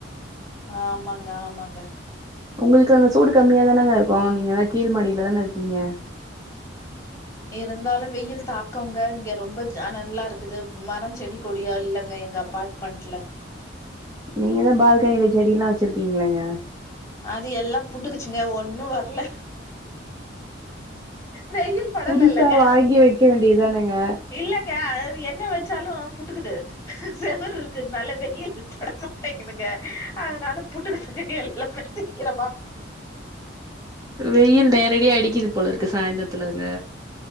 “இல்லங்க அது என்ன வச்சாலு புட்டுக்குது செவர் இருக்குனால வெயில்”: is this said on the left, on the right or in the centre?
Left